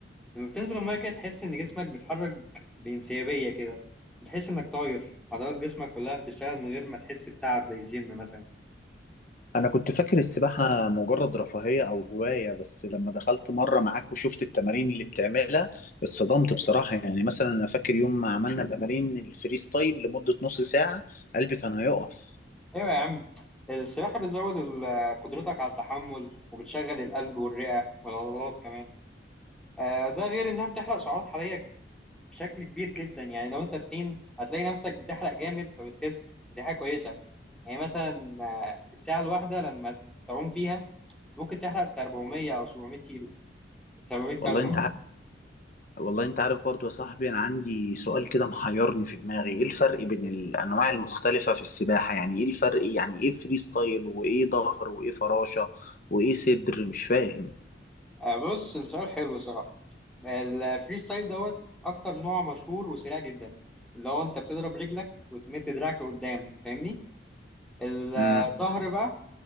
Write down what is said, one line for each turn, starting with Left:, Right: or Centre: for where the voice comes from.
Centre: لما بتنزل الميه كده تحس ان جسمك بيتحرك بانسيابيه كده بتحس انك طاير عضلات جسمك كلها بتشتغل من غير ما تحس بتعب زي الجيم مثلا
Left: انا كنت فاكر السباحة مجرد رفاهية او هواية بس لما دخلت مرة معاك وشفت التمارين اللي بتعملها اتصدمت بصراحة يعني مثلا انا فاكر يوم ما عملنا تمارين الفري ستايل لمدة نص ساعة قلبي كان هيقف
Centre: ايوه يا عم السباحه بتزود ال- قدرتك على التحمل وبتشغل القلب والرئه والعضلات كمان آه، ده غير انها بتحرق سعرات حراريه بشكل كبير جدا يعني لو انت تخين هتلاقي نفسك بتحرق جامد فبتخس دي حاجه كويسه يعني مثلا آه، الساعه الواحده لما تعوم فيها ممكن تحرق بتاع 400 او 700 كيلو 700 كالوري
Left: والله انت والله انت عارف برضو يا صاحبي انا عندي سؤال كده محيرني في دماغي ايه الفرق بين الانواع المختلفة في السباحة يعني ايه الفرق إيه؟ يعني ايه فري ستايل وايه ظهر وايه فراشة وايه صدر مش فاهم
Centre: آه، بص السؤال حلو صراحة الفري ستايل دوت أكتر نوع مشهور وسريع جدا اللي هو أنت بتضرب رجلك وتمد دراعك لقدام فاهمني الظهر
Left: امم
Centre: بقى